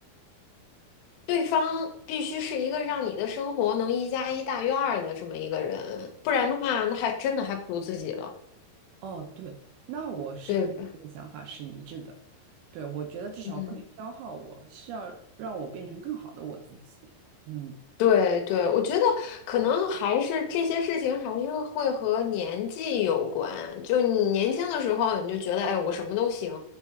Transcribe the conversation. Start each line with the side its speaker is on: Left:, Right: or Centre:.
Left: 对方必须是一个让你的生活能一加一大于二的这么一个人，不然的话，那还真的还不如自己了，
Right: 哦，对，那我是跟这个想法是一致的。
Left: 对吧？
Right: 对，我觉得至少不能消耗我，
Left: 嗯，
Right: 是要让我变成更好的我自己。嗯，
Left: 对对，我觉得可能还是这些事情还是会和年纪有关。就你年轻的时候，你就觉得，哎，我什么都行，